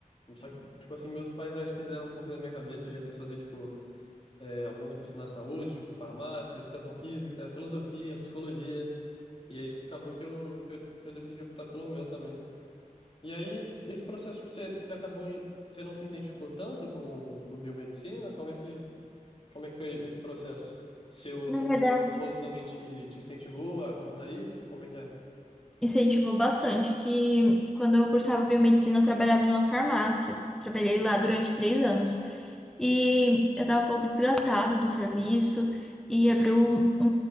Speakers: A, on the left; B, in the centre.
A: Só que, tipo assim, meus pais acho que fizeram um pouco da minha cabeça. Eu já quis fazer, tipo, é, alguns cursos na saúde, tipo, farmácia, educação física, filosofia, psicologia. E aí, tipo, acabou que eu, que eu, que eu decidi optar pelo meu também. E aí, esse processo, tipo, você, você acabou em, você não se identificou tanto com, com biomedicina? Como é que como é que foi esse processo? Seu, seu,
B: Na verdade,
A: seu esposo também te, te incentivou a contar isso? Como é que é?
B: incentivou bastante, que quando eu cursava biomedicina, eu trabalhava numa farmácia. Trabalhei lá durante três anos. E eu estava um pouco desgastada do serviço e abriu um-